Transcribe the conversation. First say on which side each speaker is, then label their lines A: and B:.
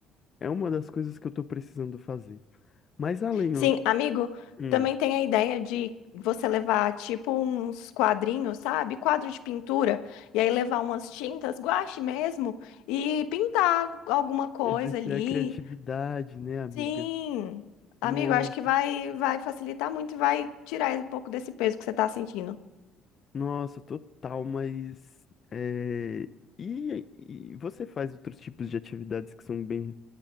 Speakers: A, on the left; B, on the left.
A: é uma das coisas que eu tô precisando fazer. Mas além,
B: sim,
A: ó,
B: amigo,
A: hum,
B: também tem a ideia de você levar tipo uns quadrinhos, sabe? Quadro de pintura, e aí levar umas tintas, guache mesmo, e pintar alguma coisa
A: exercer
B: ali.
A: a criatividade, né, amiga?
B: Sim, amigo,
A: Nossa,
B: acho que vai, vai facilitar muito e vai tirar um pouco desse peso que você tá sentindo.
A: nossa, total, mas é, e, e você faz outros tipos de atividades que são bem